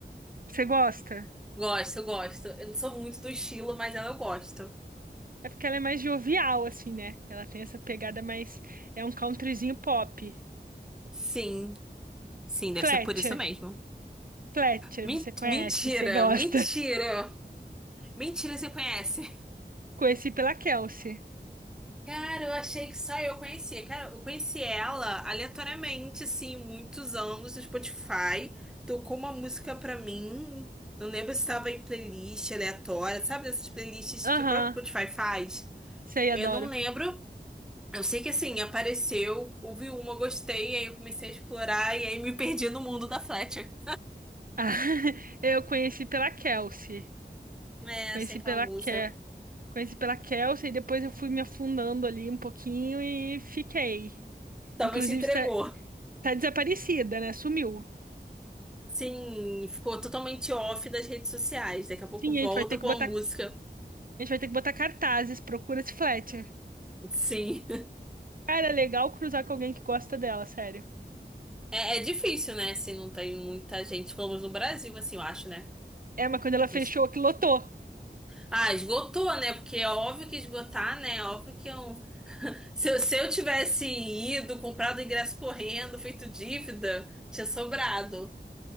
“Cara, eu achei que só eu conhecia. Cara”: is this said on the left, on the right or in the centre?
Centre